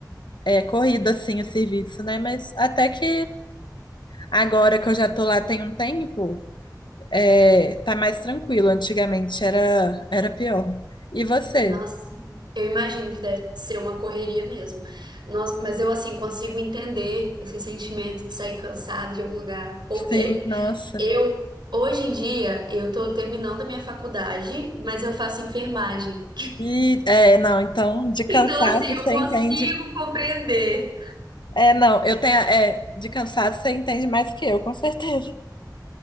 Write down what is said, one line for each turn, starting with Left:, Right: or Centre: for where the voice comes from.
Left: é, corrido, assim, o serviço, né? Mas até que Agora que eu já tô lá tem um tempo, é, tá mais tranquilo. Antigamente era, era pior. E você?
Right: Nossa, eu imagino que deve ser uma correria mesmo. Nossa, mas eu, assim, consigo entender esse sentimento de sair cansado de algum lugar, porque
Left: Sim, nossa.
Right: eu, hoje em dia, eu tô terminando a minha faculdade, mas eu faço enfermagem.
Left: E é, não, então de cansaço
Right: Então, assim, eu
Left: você
Right: consigo
Left: entende.
Right: compreender.
Left: É, não, eu tenho. É, de cansaço você entende mais que eu, com certeza.